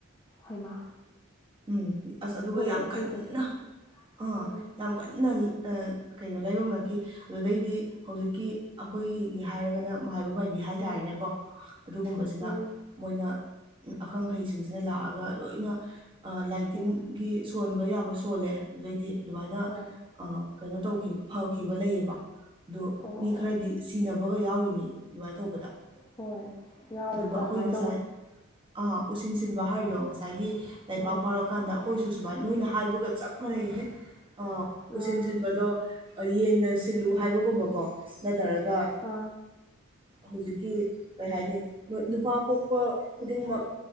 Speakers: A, on the left; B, on the right.
A: ꯍꯩꯃ
B: ꯎꯝ ꯑꯁ ꯑꯗꯨꯒ ꯌꯥꯝ
A: ꯑꯩꯈꯣꯏꯒꯤꯗꯁꯨ
B: ꯀꯟꯅ ꯑꯥ
A: ꯎꯝ
B: ꯌꯥꯝ ꯀꯟꯅ ꯀꯩꯅꯣ ꯂꯥꯏꯌꯡꯅꯈꯤ ꯑꯗꯨꯗꯩꯗꯤ ꯍꯧꯖꯤꯛꯀꯤ ꯑꯩꯈꯣꯏꯒꯤꯒꯤ ꯍꯥꯏꯔꯒꯅ ꯃꯥꯏꯕ ꯃꯥꯏꯕꯤ ꯍꯥꯏꯇꯥꯔꯦꯅꯦꯀꯣ
A: ꯎꯝ
B: ꯑꯗꯨꯒꯨꯝꯕꯁꯤꯅ
A: ꯎꯝ
B: ꯃꯣꯏꯅ ꯑꯈꯪ ꯑꯍꯩꯁꯤꯡꯁꯤꯅ ꯂꯥꯛꯑꯒ ꯂꯣꯏꯅ ꯂꯥꯏ ꯇꯤꯟꯒꯤ
A: ꯎꯝ
B: ꯁꯣꯟꯕ ꯌꯥꯕ ꯁꯣꯜꯂꯦ ꯑꯗꯨꯗꯩꯗꯤ ꯑꯗꯨꯃꯥꯏꯅ
A: ꯍꯣꯏ
B: ꯑ ꯀꯩꯅꯣ ꯇꯧꯈꯤꯕ ꯐꯥꯈꯤꯕ ꯂꯩꯌꯦꯕ ꯑꯗ
A: ꯑꯣ ꯑꯣ
B: ꯃꯤ
A: ꯑꯣ
B: ꯈꯔꯗꯤ ꯁꯤꯅꯕꯒ ꯌꯥꯎꯔꯤꯅꯤ ꯑꯗꯨꯃꯥꯏꯅ ꯇꯧꯕꯗ
A: ꯍꯣꯏ ꯌꯥꯎꯕꯣꯏ
B: ꯑꯗꯨꯒ
A: ꯄꯣ
B: ꯑꯩꯈꯣꯏ
A: ꯃꯥꯥꯏ
B: ꯑꯥ ꯎꯆ ꯁꯤꯟꯕ ꯍꯥꯏꯔꯤꯗꯣ ꯉꯁꯥꯏꯒꯤ ꯂꯩꯐꯥꯎ
A: ꯎꯝ
B: ꯐꯥꯎꯔꯛꯑꯀꯥꯟꯗ ꯑꯩꯈꯣꯏꯁꯨ ꯁꯨꯃꯥꯏꯅ ꯅꯣꯏꯅ ꯍꯥꯏꯕꯒ ꯆꯞ ꯃꯥꯟꯅꯩ ꯍꯦꯛ ꯎꯆꯁꯤꯟ
A: ꯎꯝ
B: ꯁꯤꯟꯕꯗꯣ ꯌꯦꯟꯅ ꯁꯤꯜꯂꯨ
A: ꯎꯝ
B: ꯍꯥꯏꯕꯒꯨꯝꯕꯀꯣ ꯅꯠꯇ꯭ꯔꯒ
A: ꯑꯥ
B: ꯍꯧꯖꯤꯛꯀꯤ ꯀꯩ ꯍꯥꯏꯅꯤ ꯅꯨꯄꯥ ꯄꯣꯛꯄ ꯈꯨꯗꯤꯡꯃꯛ